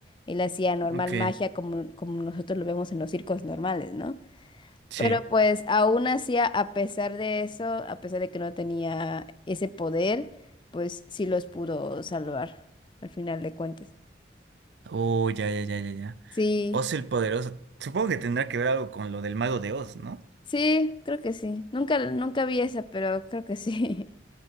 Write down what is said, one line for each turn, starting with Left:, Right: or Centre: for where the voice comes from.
Left: Él hacía normal
Right: ok,
Left: magia como, como nosotros lo vemos en los circos normales, ¿no?
Right: sí.
Left: Pero pues aún así, a a pesar de eso, a pesar de que no tenía ese poder, pues sí los pudo salvar al final de cuentas.
Right: Oh, ya, ya, ya, ya, ya.
Left: Sí,
Right: Oz el Poderoso. Supongo que tendrá que ver algo con lo del Mago de Oz, ¿no?
Left: Sí, creo que sí. Nunca, nunca vi esa, pero creo que sí.